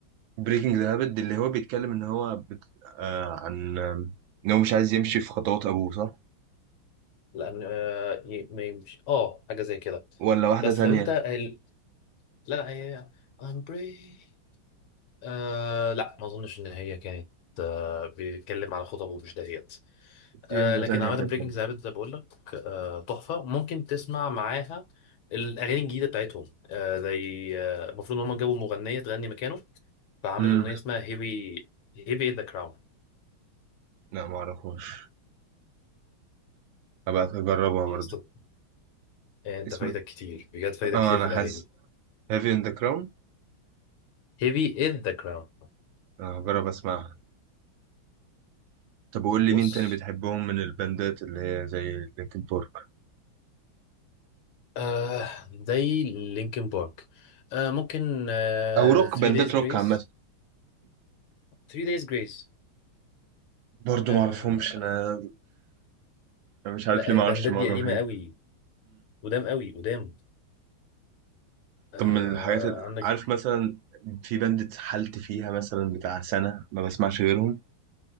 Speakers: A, on the right; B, on the left.
A: بريكنج ذا هابت اللي هو بيتكلم ان هو بت... آه عن آه، ان هو مش عايز يمشي في خطوات ابوه صح
B: لان آه ي- ما يمشي اه حاجه زي كده
A: ولا واحدة
B: بس
A: تانية
B: لو انت ال... لا لا هي I'm breaking آه لا ما اظنش ان هي كانت آه بيتكلم على خطب ومش دهيت
A: في
B: آه
A: واحدة
B: لكن
A: تانية
B: عامه
A: كانت
B: بريكنج زي ما بقول لك آه تحفه ممكن تسمع معاها الاغاني الجديده بتاعتهم آه زي آه، المفروض ان هم جابوا مغنيه تغني مكانه فعمل
A: امم
B: اغنيه اسمها هيفي هيفي ذا كراون
A: لا ما اعرفهاش هبقى اجربها برضو
B: يا اسطى آه، انت
A: اسم
B: فايتك كتير بجد فايتك
A: اه
B: كتير
A: انا
B: في الاغاني
A: حاسس هافي ان ذا كراون
B: هيفي از ذا كراون
A: اجرب اسمعها طب وقول لي
B: بص
A: مين تاني بتحبهم من الباندات اللي هي زي لينكن بارك
B: آه زي لينكن بارك آه ممكن آه
A: او روك
B: 3
A: باندات
B: دايز جريس
A: روك عامة
B: 3 دايز جريس
A: برضو
B: آه
A: ما اعرفهمش انا أنا مش عارف
B: لا
A: ليه ما
B: البندات
A: اعرفش معظم
B: دي قديمة
A: الحاجات
B: قوي قدام قوي قدام آه
A: طب من الحاجات ال-
B: عندك
A: عارف مثلا في باند اتحلت فيها مثلا بتاع سنة ما بسمعش غيرهم